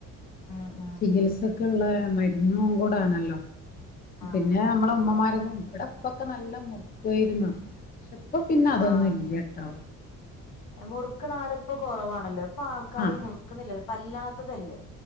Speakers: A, on the left; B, on the left.
A: ഉം ഉം
B: ചികിൽസക്ക്ള്ള
A: ഉം
B: മരുന്നും കൂടാണല്ലോ?
A: ആഹ്
B: പിന്നെ നമ്മളെ ഉമ്മമാര്ക്കും ഇവിടെ ഉപ്പക്കെ നല്ല മുറുക്കുവായിരുന്നു. ഇപ്പം പിന്നെ അതൊന്നുല്ല്യാട്ടോ.
A: ആഹ് മുറുക്കണ ആള് ഇപ്പ കുറവാണ്. ഇപ്പം ആൾക്കാര്
B: ആഹ്
A: മുറുക്കണില അല്ലാത്തതല്ലേ?